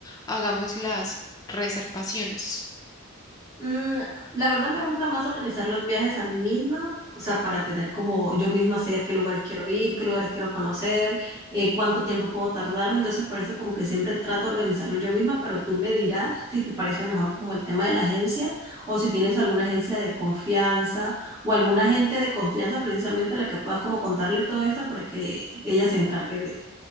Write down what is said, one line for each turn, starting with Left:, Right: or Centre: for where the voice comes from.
Left: hagamos las reservaciones?
Right: Mm, la verdad me gusta más organizar los viajes a mí misma, o sea, para tener como yo misma sé a qué lugares quiero ir, qué lugares quiero conocer, eh, cuánto tiempo puedo tardarme, entonces por eso como que siempre trato de organizarlo yo misma, pero tú me dirás si te parece mejor como el tema de la agencia o si tienes alguna agencia de confianza o alguna agente de confianza precisamente a la que puedas como contarles todo esto para que ella se encargue de,